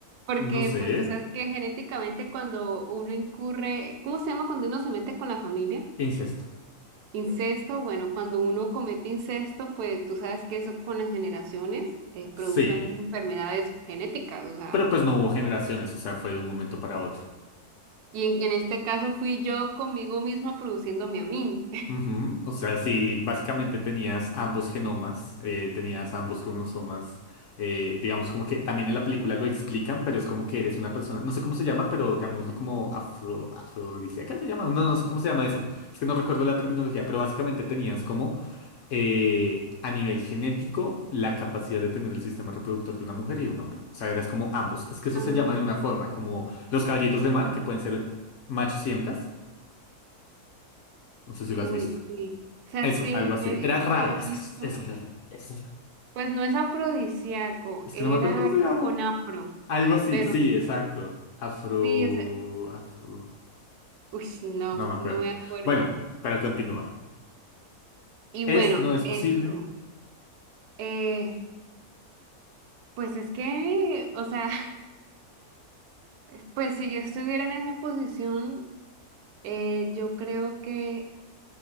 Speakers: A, on the right; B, on the left.
A: Porque
B: no sé.
A: pues tú sabes que genéticamente cuando uno incurre, ¿cómo se llama cuando uno se mete con la familia?
B: Incesto.
A: Incesto, bueno, cuando uno comete incesto, pues tú sabes que eso con las generaciones eh, produce
B: Sí.
A: enfermedades genéticas, o sea,
B: Pero pues no hubo generaciones, o sea, fue de un momento para otro.
A: y en, en este caso fui yo conmigo misma produciéndome a mí. <laughs>
B: Ujú, O sea, si básicamente tenías ambos genomas, eh, tenías ambos cromosomas, eh, digamos como que también en la película lo explican, pero es como que eres una persona, no sé cómo se llama, pero llamémoslo como afro, afrodisíaca se llama, no, no sé cómo se llama eso, es que no recuerdo la terminología, pero básicamente tenías como eh, a nivel genético la capacidad de tener el sistema reproductor de una mujer y de un hombre, o sea, eras como ambos, es que eso
A: Ah,
B: se llama de una forma, como los caballitos de mar, que pueden ser machos y hembras, no sé si lo
A: uy,
B: has visto.
A: sí. O sea,
B: Eso,
A: sí,
B: algo así.
A: yo he,
B: Era raro,
A: yo he
B: es
A: visto.
B: que es, es raro, es raro.
A: Pues no es afrodisíaco,
B: Es
A: era
B: que no me acuerdo cómo
A: algo
B: se llama.
A: con afro,
B: Algo así,
A: pero
B: sí,
A: no-
B: exacto. Afro...
A: sí, o sea,
B: Afro...
A: uy, no,
B: No me acuerdo.
A: no me acuerdo.
B: Bueno, pero continúa.
A: Y bueno,
B: ¿Es, no es
A: esto,
B: posible?
A: eh, pues es que, o sea, <laughs> pues si yo estuviera en esa posición, eh, yo creo que,